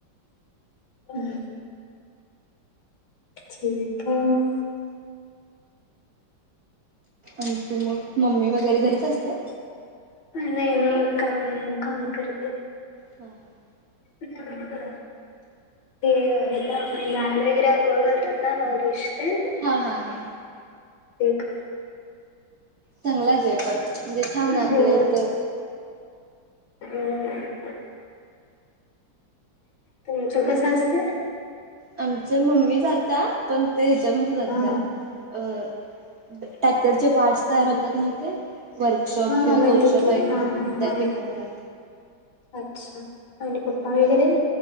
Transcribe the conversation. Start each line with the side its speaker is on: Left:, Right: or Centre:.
Left: <inaudible> ठीक आहे मग.
Right: आणखी मग मम्मी वगैरे घरीच असते?
Left: नाही -नाही काम -काम करते.
Right: हां - हा.
Left: <inaudible> ते हेला आपण बाळाला वगैरे आंघोळ घालतात ना मग मॉलीश ते.
Right: हा - हा -हा
Left: कर
Right: चांगलाच आहे पण. म्हणजे छान आहे आपलं
Left: हो
Right: इथ.
Left: हो <inaudible> तुमचं कसं असत?
Right: आमच्या मम्मी जाता पण ते ह्याच्यामध्ये जाता
Left: हा
Right: अ ट्रॅक्टरचे पार्टस तयार होतात तिथे मग ते वर्कशॉप
Left: हा
Right: किंवा
Left: माहिती
Right: कोर्शॉप
Left: की
Right: ऐकून
Left: हा हा
Right: त्या
Left: हा
Right: ठिकाणी जात.
Left: अच्छा. आणि
Right: पप्पा
Left: वगैरे
Right: पण काय